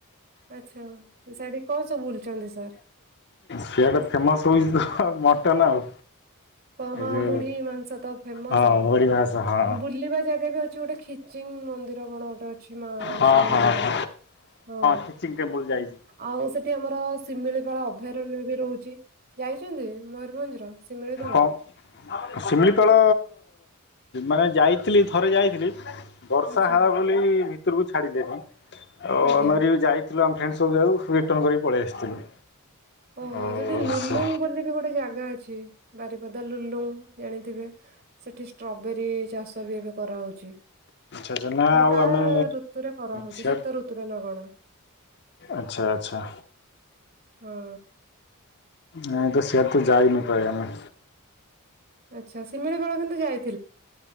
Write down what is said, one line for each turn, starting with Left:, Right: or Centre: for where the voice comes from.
Right: ଆଚ୍ଛା। ସେଠି କଣ ସବୁ ବୁଲିଛନ୍ତି ସାର୍?
Left: ସେଆଟା ଫେମସ ହୋଉଛି ତ ଟ ନା ଆଉ
Right: ହଁ
Left: ଏ ଯୋଉ
Right: ମୁଢି ମାଂସ ତ ଫେମସ
Left: ହଁ
Right: ଆଉ।
Left: ଓଡିଆ ଭାଷା ହଁ
Right: ବୁଲିବା ଜାଗା ବି ଅଛି ଗୋଟେ ଖୀଚ ଚିଂ ମନ୍ଦିର କଣ ଗୋଟେ ଅଛି ମାଙ୍କ
Left: ହଁ
Right: ମନ୍ଦିର
Left: ହଁ ହଁ
Right: ହଁ
Left: ଖିଚିଙ୍ଗ ଟେମ୍ପଲ ଯାଇଛି।
Right: ଆଉ ସେଠି ଆମର ଶିମିଳିପାଳ ଅଭୟାରଣ୍ୟ ବି ରହୁଛି। ଯାଇଛନ୍ତି ମୟୂରଭଞ୍ଜର? ଶିମିଳିପାଳ
Left: କଣ ଶିମିଳିପାଳ? ମାନେ ଯାଇଥିଲି ଥରେ ଯାଇଥିଲି ବର୍ଷା
Right: ଆଚ୍ଛା
Left: ହେଲା ବୋଲି ଭିତରକୁ ଛାଡିଲେନି ଆଉ
Right: ଆଜ୍ଞା
Left: ଆମେ ଯାଇ ଆମେ ଫ୍ରେଣ୍ଡ ସବୁ ଯାଉ ରିଟର୍ଣ କରିକି ପଳେଇ ଆସିଥିଲୁ।
Right: ଓହୋ
Left: ଆଉ
Right: ସେଠି ଲୁଲୁଙ୍ଗ
Left: ଆଚ୍ଛା
Right: ବୋଲି ବି ଗୋଟେ ଜାଗା ଅଛି। ଅଛି ବାରିପଦା ଲୁଲୁଙ୍ଗ ଜାଣିଥିବେ ସେଠି ଷ୍ଟ୍ରବେରୀ ଚାଷ ବି ଏବେ କରାହେଉଛି।
Left: ଆଚ୍ଛା ନା
Right: ମାନେ
Left: ଆଉ
Right: ତା
Left: ଆମେ
Right: ଋତୁରେ କରାହଉଛି
Left: ସିଆଡ଼େ
Right: ଶୀତ ଋତୁରେ ନା କଣ?
Left: ଆଚ୍ଛା ଆଚ୍ଛା।
Right: ହଁ।
Left: ମୁ ତ ସିଆଡେ ତ ଯାଇନୁ ପ୍ରାୟ ଆମେ।
Right: ଆଚ୍ଛା ଶିମିଳିପାଳ କିନ୍ତୁ ଯାଇ